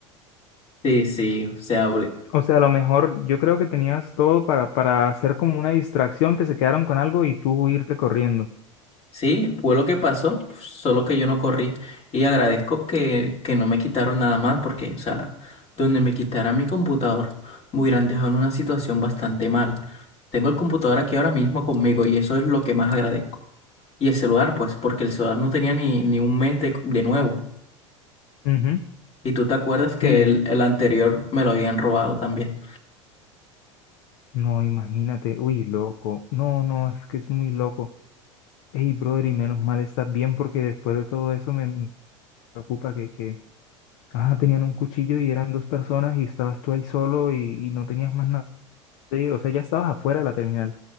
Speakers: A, on the left; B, on the left.
A: Sí, sí, o sea, abri-
B: O sea, a lo mejor yo creo que tenías todo para, para hacer como una distracción, que se quedaron con algo y tú irte corriendo.
A: sí, fue lo que pasó, solo que yo no corrí y agradezco que, que no me quitaron nada más porque, o sea, donde me quitaran mi computador, me hubieran dejado en una situación bastante mal. Tengo el computador aquí ahora mismo conmigo y eso es lo que más agradezco. Y el celular, pues, porque el celular no tenía ni, ni un mes de, de nuevo.
B: Ujú.
A: Y tú te acuerdas
B: Sí,
A: que el, el anterior me lo habían robado también.
B: no, imagínate, uy, loco, no, no, es que es muy loco. Ey, brother, y menos mal estás bien porque después de todo eso me me preocupa que, que, ah tenían un cuchillo y eran dos personas y estabas tú ahí solo y, y no tenías más nada. O sea, ya estabas afuera de la terminal,